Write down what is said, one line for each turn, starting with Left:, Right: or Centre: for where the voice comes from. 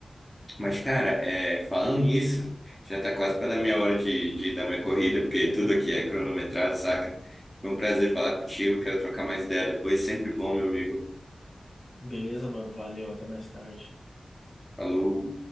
Centre: Mas, cara, é, falando nisso, já tá quase pra dar minha hora de, de dar minha corrida, porque tudo aqui é cronometrado, saca? Foi um prazer falar contigo, quero trocar mais ideia depois, sempre bom, meu amigo.
Left: Beleza, mano, valeu, até mais tarde.
Centre: Falou!